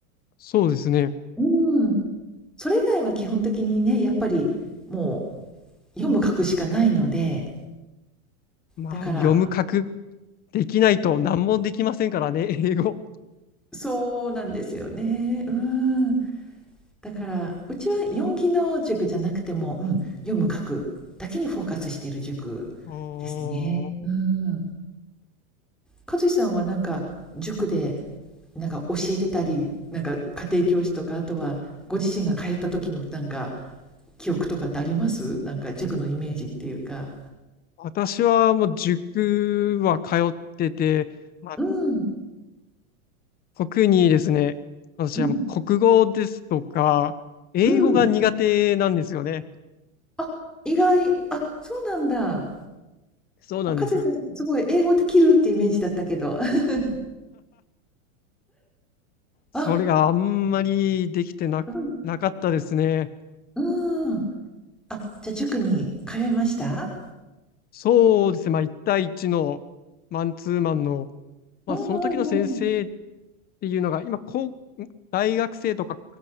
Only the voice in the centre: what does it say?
うん、それ以外は基本的にね、やっぱりもう読む書くしかないので、
だから
そうなんですよね。うん。だから、うちは4技能塾じゃなくても、うん、読む書くだけにフォーカスしている塾ですね。
うーん。和志さんはなんか塾でなんか教えてたりなんか家庭教師とかあとはご自身が通った時のなんか記憶とかってありますなんか塾のイメージっていうか。
うん
うん
うん。あ意外あそうなんだ。
あかずさんすごい英語できるってイメージだったけど。<laughs>
あうん
うん。あじゃあ塾に通いました
うんうん